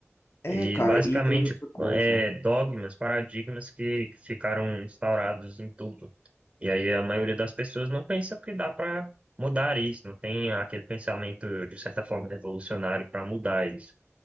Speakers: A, on the left; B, on the right.
A: é,
B: E
A: cara,
B: basicamente
A: e tem outra coisa.
B: é, dogmas, paradigmas que ficaram instaurados em tudo. E aí a maioria das pessoas não pensa que dá para mudar isso, não tem aquele pensamento, de certa forma, revolucionário para mudar isso.